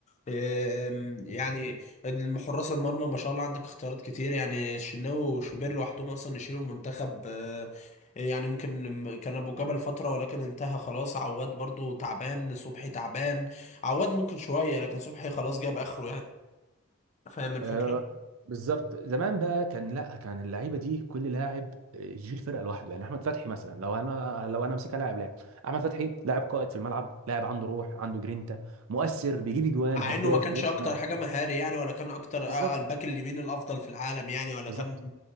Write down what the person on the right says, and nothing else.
آه، بالظبط زمان بقى كان لا كان اللعيبه دي كل لاعب آه، يشيل فرقه لوحده يعني احمد فتحي مثلا لو انا لو انا مسكها لاعب لاعب احمد فتحي لاعب قائد في الملعب لاعب عنده روح عنده جرينتا مؤثر بيجيب اجوان
هداف
بيصنع
بالظبط
بالظبط